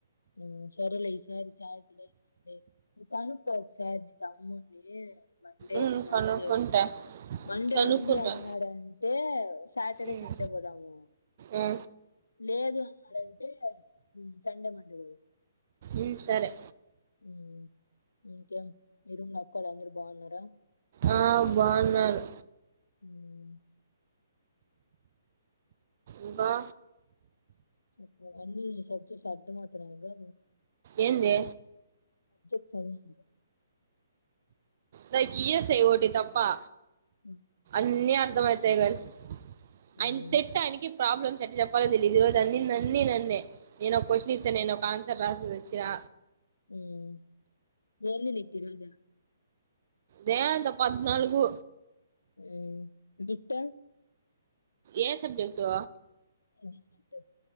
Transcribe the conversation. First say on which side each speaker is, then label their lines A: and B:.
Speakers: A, on the left (about 80°); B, on the right (about 50°).
A: మ్ సరెలే, ఈసారి సాటర్డే, సండే, ను కనుక్కో ఒకసారి మీ తమ్మున్నీ? మండే
B: ఉమ్
A: ఏమన్నా
B: కనుక్కుంటా
A: ఉంది ఏమో అని మండే
B: కనుక్కుంటా
A: ఉంది అంటున్నాడంటే, సాటర్డే,
B: ఉమ్
A: సండే పోదాము.
B: ఆ
A: లేదు అన్నాడంటే సండే మండే మ్
B: ఉమ్ సరే
A: ఉమ్ ఇంకా మీ రూమ్లో అక్కోలందరు బాగున్నారా?
B: ఆ, బా ఉన్నారు.
A: హ్మ్.
B: ఇంకా?
A: ఆ అన్నీ సక్సెస్ అర్థమవుతున్నాయిగా?
B: ఏందే?
A: సరె, అర్దమ
B: ద గీయసై ఓటి తప్పా
A: ఉమ్
B: అన్నీ, అర్థమైతై గాని
A: హ్మ్.
B: అంటె టెట్టాయనికి ప్రాబ్లమ్స్ ఎట్ట చెప్పాల్లో తెలీదు ఈ రోజు అన్ని నన్నీ నన్నే నేను కొశిన్ ఇస్తే నేనొక ఆన్సర్ రాసేస్ అచ్చినా
A: ఉమ్ దేని మీది రోజా
B: దేంత పద్నాలుగు
A: హ్మ్ దుట్ట
B: ఏ సబ్జెక్టు
A: ఇది సెటప్